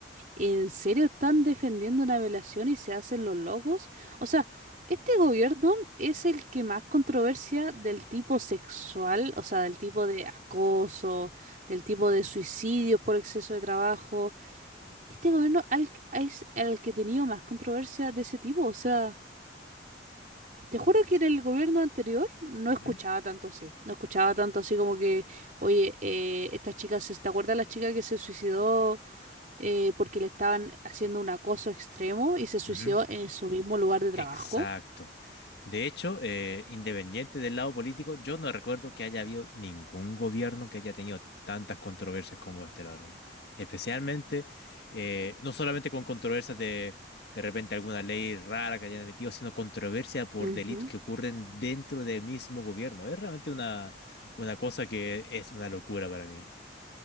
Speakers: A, on the right; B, on the left.
A: ¿En serio están defendiendo una violación y se hacen los locos? O sea, este gobierno es el que más controversia del tipo sexual, o sea, del tipo de acoso, del tipo
B: Ujú,
A: de suicidio por exceso de trabajo. Este gobierno al- es el que ha tenido más controversia de ese tipo, o sea... Te juro que en el gobierno anterior no
B: ujú,
A: escuchaba tanto así. No escuchaba tanto así como que, oye, eh, esta chica, se, ¿te acuerdas la chica que se suicidó eh, porque le estaban haciendo un acoso extremo y se suicidó
B: ujú.
A: en su mismo lugar de trabajo?
B: Exacto. De hecho, eh, independiente del lado político, yo no recuerdo que haya habido ningún gobierno que haya tenido tantas controversias como este, la verdad. Especialmente, eh, no solamente con controversias de de repente alguna ley rara que hayan emitido, sino controversia por
A: Ujú.
B: delitos que ocurren dentro del mismo gobierno. Es realmente una, una cosa que es una locura para mí.